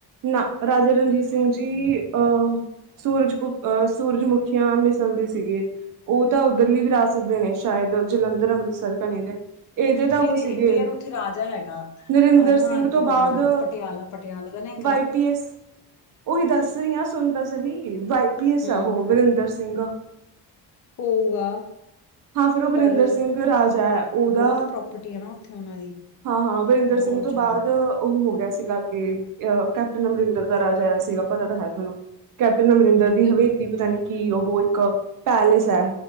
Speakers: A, on the right; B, on the left.
A: ਨਾ ਰਾਜੇ ਰਣਜੀਤ ਸਿੰਘ ਜੀ ਅਹ ਸੂਰਜ ਅਹ ਸੂਰਜਮੁਖੀਆਂ ਮਿਸਲਦੇ ਸੀਗੇ, ਉਹ ਤਾਂ ਉੱਧਰਲੀ ਵਿਰਾਸਤ ਦੇ ਨੇ ਸ਼ਾਇਦ ਜਲੰਧਰ ਅਮ੍ਰਿਤ ਸਰ ਤੇ ਨੀ ਦੇ ਇਹਦੇ ਤਾਂ
B: ਫਿਰ
A: ਉਹ
B: ਇੱਕ
A: ਸੀਗੇ
B: ਯਾਰ ਉੱਥੇ ਰਾਜਾ ਹੈਗਾ
A: ਨਰਿੰਦਰ
B: ਆ ਨਾ
A: ਸਿੰਘ
B: ਇੱਧਰ
A: ਤੋਂ ਬਾਅਦ
B: ਪਟਿਆਲਾ ਪਟਿਆਲਾ ਦਾ ਨਈ
A: ਵਾਏ ਪੀ ਐਸ ਉਹੀ ਦੱਸ ਰੀ ਹਾਂ ਸੁਣ ਤਾਂ ਸਹੀ ਵਾਈ ਪੀ ਐਸ
B: ਹੂੰ
A: ਆ ਹੋ ਵਰਿੰਦਰ ਸਿੰਘ
B: ਹੋਊਗਾ
A: ਹਾਂ ਫਿਰ ਉਹ ਵਰਿੰਦਰ
B: ਪਰ
A: ਸਿੰਘ ਰਾਜਾ ਹੈ ਉਹਦਾ
B: ਬਹੁਤ ਪ੍ਰਾਪਰਟੀ ਹੈ ਨਾ ਉੱਥੇ ਉਹਨਾਂ ਦੀ
A: ਹਾਂ-ਹਾਂ ਵਰਿੰਦਰ
B: ਬਹੁਤ
A: ਸਿੰਘ ਤੋਂ
B: ਜ਼ਿਆਦਾ
A: ਬਾਅਦ ਉਹ ਹੋ ਗਿਆ ਸੀ ਸੀਗਾ ਅੱਗੇ ਅ ਕੈਪਟਨ ਅਮਰਿੰਦਰ ਦਾ ਰਾਜਾ ਆਇਆ ਸੀਗਾ ਪਤਾ ਤਾਂ ਹੈ ਤੁਹਾਨੂੰ ਕੈਪਟਨ ਅਮਰਿੰਦਰ ਦੀ ਹਵੇਲੀ ਪਤਾ ਨੀ ਕੀ ਉਹ ਇੱਕ ਪੈਲੇਸ ਹੈ